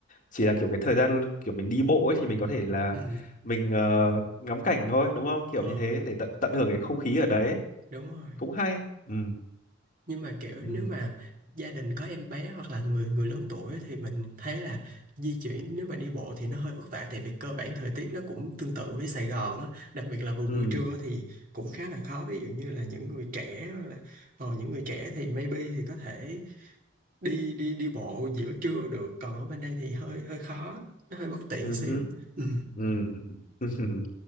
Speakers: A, on the left (about 45°); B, on the right (about 45°).
A: chỉ là kiểu cái thời gian kiểu mình đi bộ ấy thì mình có thể là
B: ừ
A: mình ờ, ngắm cảnh thôi đúng không kiểu
B: ờ
A: như thế để tận tận hưởng cái không khí ở đấy
B: đúng rồi
A: cũng hay ừ
B: nhưng mà kiểu
A: ừ
B: nếu mà gia đình có em bé hoặc là người người lớn tuổi á, thì mình thấy là di chuyển nếu mà đi bộ thì nó hơi vất vả tại vì cơ bản thời tiết nó cũng tương tự với Sài Gòn á đặc biệt là vào
A: ừ
B: buổi trưa thì cũng khá là khó ví dụ như là những người trẻ hoặc là ờ, những người trẻ thì maybe thì có thể đi đi đi bộ giữa trưa được còn ở bên đây thì hơi hơi khó nó hơi bất tiện
A: ừ
B: xíu ừ,
A: ừ, ừ. <laughs>